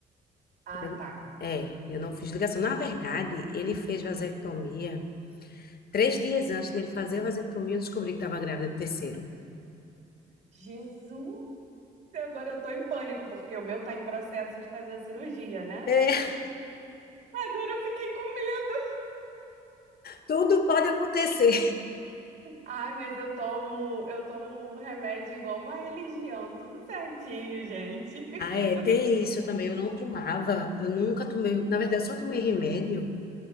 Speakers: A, on the right; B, on the left.
A: Ah,
B: Eu-
A: tá.
B: é, eu não fiz ligação. Na verdade, ele fez vasectomia. Três dias antes dele fazer a vasectomia, eu descobri que estava grávida do terceiro.
A: Jesus! Agora eu tô em pânico, porque o meu tá em processo de fazer a cirurgia, né?
B: É, <laughs>
A: Agora eu fiquei com medo.
B: tudo pode acontecer.
A: Ai, mas eu tomo, eu tomo um remédio igual uma religião, tudo certinho, gente.
B: Ah,
A: <laughs>
B: é, tem isso também. Eu não tomava, eu nunca tomei. Na verdade, eu só tomei remédio